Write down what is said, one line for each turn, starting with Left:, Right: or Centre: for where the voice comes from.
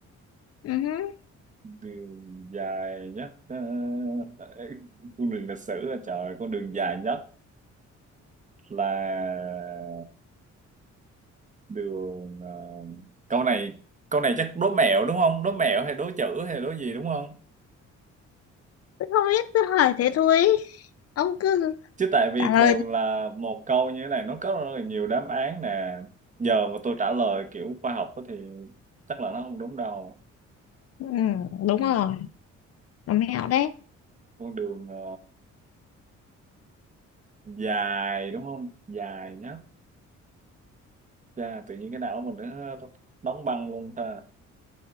Left: Ừ, hứ,
Right: đường dài nhất ờ, tại- cung đường lịch sử à, trời con đường dài nhất là đường ờ, câu này câu này chắc đố mẹo đúng không đố mẹo hay đố chữ hay đố gì đúng không
Left: Tôi không biết. Tôi hỏi thế thôi. Ông cứ
Right: chứ tại vì
Left: trả
Right: thường
Left: lời.
Right: là một câu như thế này nó có rất là nhiều đáp án nè giờ mà tôi trả lời kiểu khoa học á thì chắc là nó không đúng đâu
Left: Ừ,
Right: ừ.
Left: đúng rồi. Nó mẹo đấy.
Right: con đường ờ, dài đúng không dài nhất Chà, tự nhiên cái não mình nó nó đóng băng luôn ta